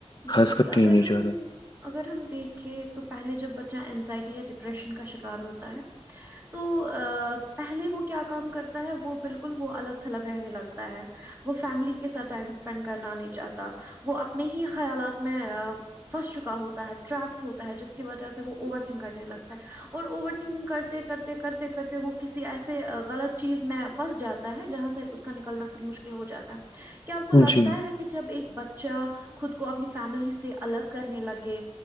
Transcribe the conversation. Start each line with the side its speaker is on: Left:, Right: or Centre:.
Right: جی
Left: خاص
Right: بالکل
Left: کر
Right: اگر
Left: ٹین ایجر
Right: ہم اگر ہم دیکھیں تو پہلے جب بچہ اینزائٹی یا ڈپریشن کا شکار ہوتا ہے تو پہلے وہ کیا کام کرتا ہے وہ بالکل وہ الگ تھلگ رہنے لگتا ہے وہ فیملی کے ساتھ ٹائم اسپینڈ کرنا نہیں چاہتا وہ اپنے ہی خیالات میں پھنس چکا ہوتا ہے ٹرپڈ ہوتا ہے جس کی وجہ سے وہ اوور تھنک کرنے لگتا ہے اور اوور تھنکگ کرتے کرتے کرتے کرتے وہ کسی ایسے غلط چیز میں پھنس جاتا ہے جہاں سے اس کا نکلنا پھر مشکل ہو جاتا ہے کیا آپ کو لگتا
Left: جی
Right: ہے کہ جب ایک بچہ خود کو اپنی فیملی سے الگ کرنے لگے